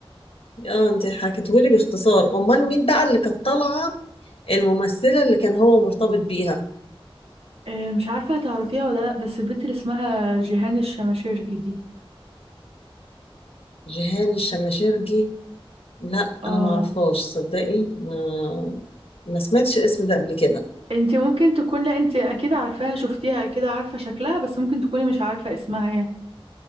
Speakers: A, on the left; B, on the right.
A: اه انت حكيتهولي باختصار امال مين بقى اللي كانت طالعه الممثله اللي كان هو مرتبط بيها
B: آه، مش عارفة هتعرفيها ولا لا بس البنت اللي اسمها جيهان الشماشيرجي دي
A: جيهان الشماشرجي لا
B: اه
A: انا ما اعرفهاش صدقي ما ما سمعتش الاسم ده قبل كده
B: انت ممكن تكون لا انت اكيد عارفاها شفتيها اكيد عارفه شكلها بس ممكن تكوني مش عارفه اسمها يعني